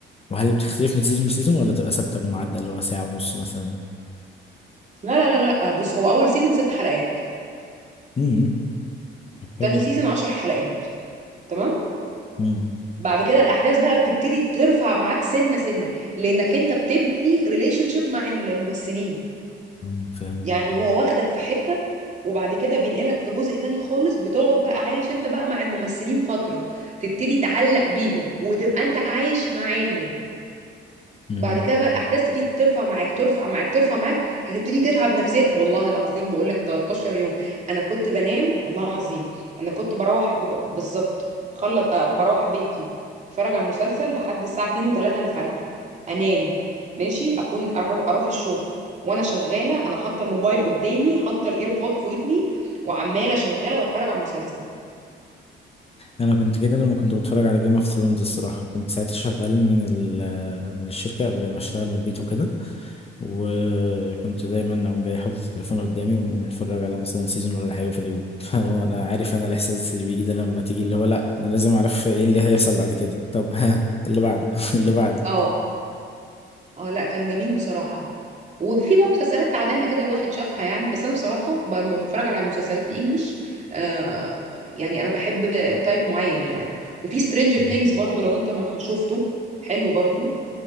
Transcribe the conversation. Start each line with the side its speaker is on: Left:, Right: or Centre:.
Left: وهل بتختلف من سيزون لسيزون ولا تبقى ثابتة بمعدل اللي هو ساعة ونص مثلا؟
Right: لا لا لا لا بص هو اول سيزون ست حلقات
Left: امم طب
Right: تاني سيزون عشر حلقات تمام
Left: حلو
Right: بعد كده الاحداث بقى بتبتدي ترفع معاك سنه سنه لانك انت بتبني ريليشن شيب مع الممثلين
Left: آه، فاهم
Right: يعني هو واخدك في حته وبعد كده بينقلك في جزء تاني خالص بتقعد بقى عايش انت بقى مع الممثلين فتره تبتدي تعلق بيهم وتبقى انت عايش معاهم
Left: مم.
Right: بعد كده بقى الاحداث تبتدي ترفع معاك ترفع معاك ترفع معاك هتبتدي تتعب نفسيا والله العظيم بقول لك 13 يوم انا كنت بنام والله العظيم انا كنت بروح ب... بالظبط خلص آه بروح بيتي اتفرج على المسلسل لحد الساعه 2 و3 الفجر انام ماشي اكون أرو- اروح الشغل وانا شغاله انا حاطه الموبايل قدامي حاطه الايربود في ودني وعماله شغاله بتفرج على المسلسل
Left: انا كنت كده لما كنت بتفرج على جيم اوف ثرونز الصراحه كنت ساعتها شغال من ال من الشركه قبل ما اشتغل من البيت وكده وكنت دايما اقوم جاي حاطط التليفون قدامي ومتفرج على مثلا سيزون ولا حاجه في اليوم <laughs> فهو انا عارف انا الاحساس اللي بيجي ده لما تيجي اللي هو لا انا لازم اعرف ايه اللي هيحصل بعد كده طب <laughs> ها اللي بعده <laughs> اللي بعده
Right: اه اه لا كان جميل بصراحة وفي بقى مسلسلات تعبانة كده الواحد شافها يعني بس أنا بصراحة ب- لما بتفرج على مسلسلات الإنجليش آه يعني أنا بحب تايب معين يعني وفي سترينجر
Left: مم.
Right: ثينجز برضو لو أنت ما شفته حلو برضو